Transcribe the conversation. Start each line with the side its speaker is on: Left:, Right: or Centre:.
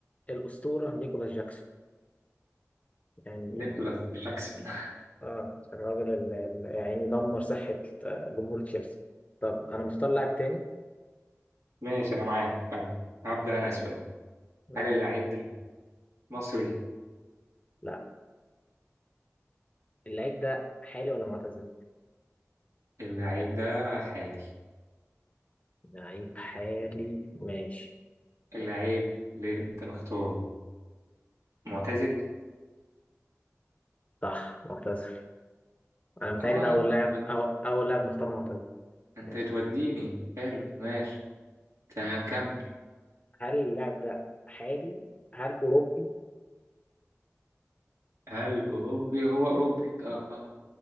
Left: الاسطوره نيكولاس جاكسون يعني
Right: نيكولاس جاكسون <laughs>
Left: اه الراجل اللي اللي يعني دمر صحه جمهور تشيلسي طب انا مختار لاعب تاني
Right: ماشي انا معاك كمل هبدأ انا سؤال
Left: ماشي
Right: هل اللاعب ده مصري
Left: لا اللعيب ده حالي ولا معتزل
Right: اللاعب ده حالي
Left: لعيب حالي ماشي
Right: اللاعب اللي انت مختاره معتزل
Left: صح معتزل انا متهيألي
Right: اه
Left: ده اول
Right: انت
Left: لاعب
Right: بتود-
Left: أو اول لاعب نختار معتزل
Right: انت
Left: ماشي
Right: بتوديني حلو ماشي تمام كمل
Left: هل اللاعب ده حالي هل اوروبي
Right: هل اوروبي هو اوروبي اه آه،